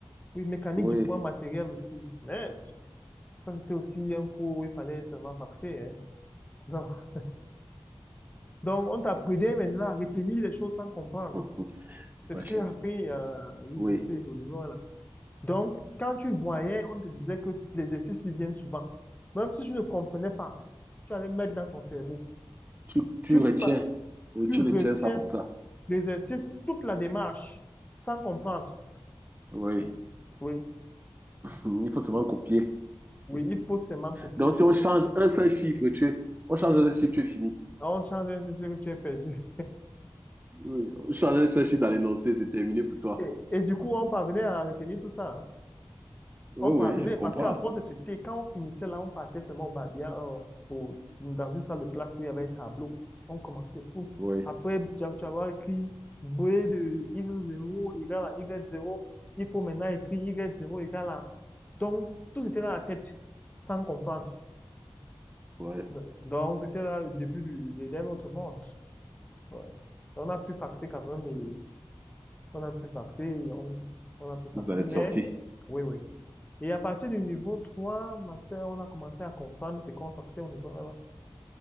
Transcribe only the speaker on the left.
oui, mécanique
du poids
matériel aussi. net ça, c'était aussi un cours où il fallait seulement faxer. hein. <laughs> Donc, on t'apprenait maintenant à retenir les choses sans comprendre.
C'est ce que j'ai appris euh, à l'université,
au niveau là. Donc, quand tu voyais, on te disait que les exercices ils viennent souvent. Même si tu ne comprenais pas, tu allais mettre dans ton cerveau.
Tu,
pa-
tu
retiens
l'exercice, toute la démarche, sans comprendre.
Oui,
oui, il faut seulement copier.
Alors, on change un sujet que tu as perdu.
Et, et du coup, on parvenait à retenir tout ça.
On
parvenait
parce qu'à force de traiter, quand on finissait là, on partait seulement au Babia, euh, au- dans une salle de classe où il y avait un tableau. On commençait tout.
Après, tu as- tu vas avoir écrit B de x 0 égale à Y0. Il faut maintenant écrire Y0 égale à. Donc, tout était dans la tête, sans comprendre.
De- Donc, c'était là le début du, de, d'un autre monde. Ouais. On a pu faxer quand même et on a pu faxer, on, on a pu faxer,
mais
oui, oui. Et à partir du niveau 3, master, on a commencé à comprendre ce qu'on partait au niveau 1.